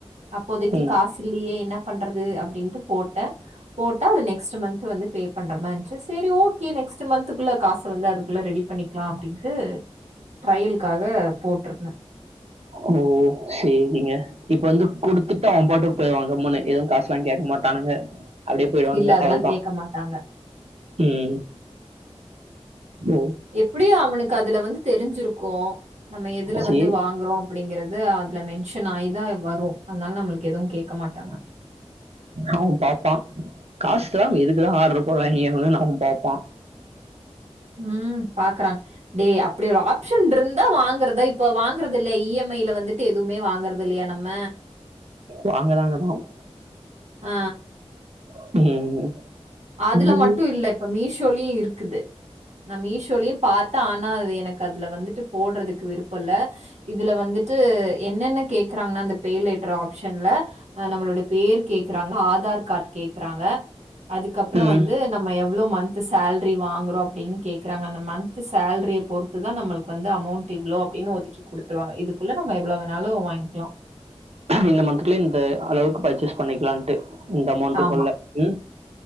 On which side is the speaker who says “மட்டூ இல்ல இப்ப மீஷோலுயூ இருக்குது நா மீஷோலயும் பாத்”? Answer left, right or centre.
Right